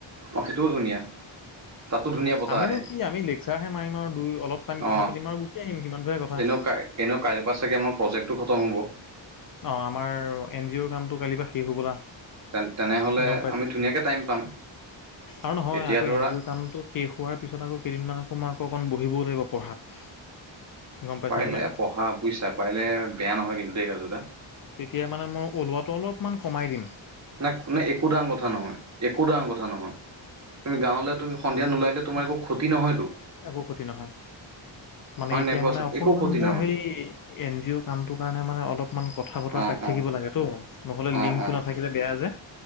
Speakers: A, on the right (about 35°); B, on the left (about 45°).
A: অ সেইটোও ধুনীয়া। তাতো ধুনীয়া বতাহ
B: আমিনো
A: আহে
B: কি আমি লেকচাৰহে মাৰিম আৰু দুই অলপ টাইম কথা
A: অ
B: পাতিম আৰু গুচি আহিম সিমানটো হে কথা।
A: এনেও কাই এনেও কাইলৈৰ পৰা চাগৈ আমাৰ প্ৰজেক্টটো খতম হ'ব।
B: অ আমাৰ এন জি অ'ৰ কামটো কালিৰ পৰা শেষ হ'বলা।
A: তে-তেনেহ'লে
B: গম পাইছা।
A: আমি ধুনীয়াকে টাইম পাম।
B: আৰু নহয়
A: এতিয়া
B: আকৌ
A: ধৰা
B: এন জি অ'ৰ কামটো শেষ হোৱাৰ পিছত আকৌ কেইদিনমান আকৌ মই আকৌ অকণ বহিবও লাগিব পঢ়াত। গম পাইছা
A: পাৰিলে
B: নাই
A: পঢ়া বুজিছা পাৰিলে বেয়া নহয় কিন্তু দেই কাজু দা
B: তেতিয়া মানে মই ওলোৱাটো অলপমান কমাই দিম।
A: নাই নে একো ডাঙৰ কথা নহয়, একো ডাঙৰ কথা নহয়। তুমি গাঁৱলৈ তুমি সন্ধিয়া ওলাই নলালে তোমাৰ
B: উম,
A: একো ক্ষতি নহয়তো।
B: একো ক্ষতি নহয়। মানে
A: হয়
B: এতিয়া
A: নাই কোৱাচোন
B: মানে অকমান
A: একো ক্ষতি
B: মোৰ
A: নহয়
B: সেই এন জি ৰ কামটো কাৰণে মানে অলপমান কথা বতৰা
A: অঁ
B: পাতি
A: অঁ
B: থাকিব লাগেতো। নহ'লে
A: অঁ
B: লিংকটো
A: অঁ
B: নাথাকিলে বেয়া যে।